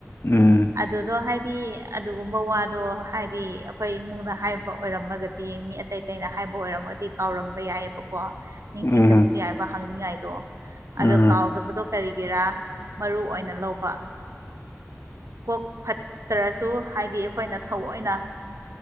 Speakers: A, on the left; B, on the right.
A: ꯎꯝ
B: ꯑꯗꯨꯗꯣ ꯍꯥꯏꯗꯤ ꯑꯗꯨꯒꯨꯝꯕ ꯋꯥꯗꯣ ꯍꯥꯏꯗꯤ ꯑꯩꯈꯣꯏ ꯏꯃꯨꯡꯗ ꯍꯥꯏꯕ ꯑꯣꯏꯔꯝꯃꯒꯗꯤ ꯃꯤ ꯑꯇꯩ ꯑꯇꯩꯩꯅ ꯍꯥꯏꯕ ꯑꯣꯏꯔꯝꯃꯒꯗꯤ ꯀꯥꯎꯔꯝꯕ ꯌꯥꯏꯑꯕꯀꯣ ꯅꯤꯡꯁꯤꯡꯗꯕꯁꯨ
A: ꯎꯝ
B: ꯌꯥꯏꯕ ꯍꯪꯅꯤꯡꯉꯥꯏꯗꯣ ꯑꯗꯣ
A: ꯎꯝ
B: ꯀꯥꯎꯗꯕꯗꯣ ꯀꯔꯤꯒꯤꯔꯥ ꯃꯔꯨ ꯑꯣꯏꯅ ꯂꯧꯕ ꯀꯣꯛ ꯐꯠꯇ꯭ꯔꯁꯨ ꯍꯥꯏꯗꯤ ꯑꯩꯈꯣꯏꯅ ꯊꯑꯣꯏꯅ